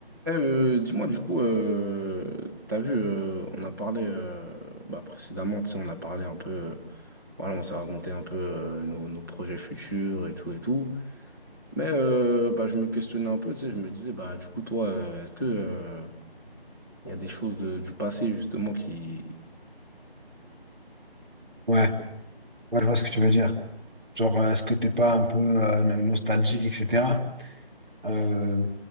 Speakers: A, on the right; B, on the right.
A: Eh, euh, dis-moi, du coup, euh, t'as vu, euh, on a parlé euh, bah, précédemment, tu sais, on a parlé un peu, euh, voilà, on s'est raconté un peu euh, nos, nos projets futurs et tout et tout. Mais euh, bah, je me questionnais un peu, tu sais, je me disais, bah, du coup, toi, euh, est-ce que euh, y a des choses de- du passé, justement, qui.
B: Ouais, ouais, je vois ce que tu veux dire. Genre, euh, est-ce que t'es pas un peu euh, no- nostalgique, etc. Euh,